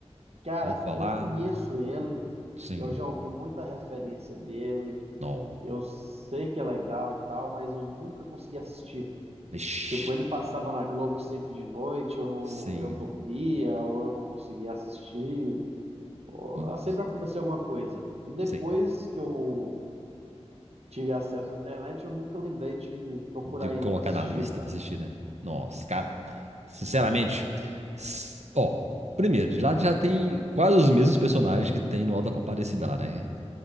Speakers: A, on the right; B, on the right.
A: Cara,
B: Já ouviu falar?
A: eu conheço ele,
B: Sim.
A: eu já ouvi muita referência dele,
B: Não.
A: eu sei que é legal e tal, mas eu nunca consegui assistir.
B: Ixi,
A: Tipo, ele passava na Globo sempre de noite, eu não,
B: sim.
A: eu dormia, ou eu não conseguia assistir. ou-
B: Moço.
A: sempre acontecia alguma coisa. E depois
B: Sim.
A: que eu tive acesso à internet, eu nunca lembrei de procurar
B: de
A: ele
B: colocar
A: para assistir,
B: na lista
A: cara.
B: pra assistir, né? Nossa, cara, sinceramente, s- ó, primeiro, de lá já tem quase os mesmos personagens que tem no Auto da Compadecida lá, né?